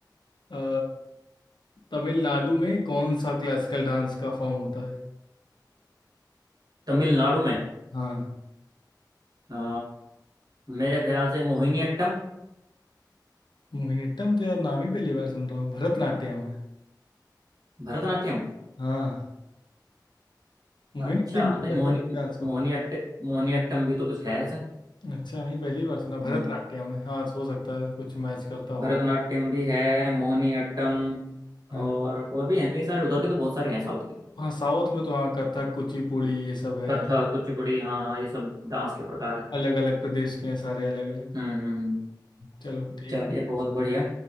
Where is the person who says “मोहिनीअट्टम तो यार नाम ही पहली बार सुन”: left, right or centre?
Left